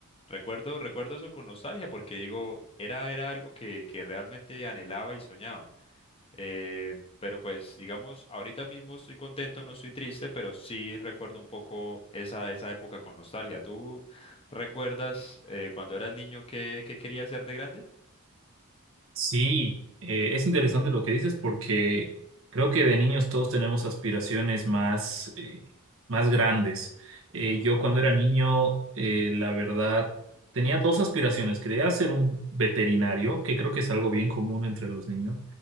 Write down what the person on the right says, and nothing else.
sí, eh, es interesante lo que dices porque creo que de niños todos tenemos aspiraciones más, eh, más grandes. Eh,
yo cuando era niño, eh, la verdad, tenía dos aspiraciones. Quería ser un veterinario, que creo que es algo bien común entre los niños.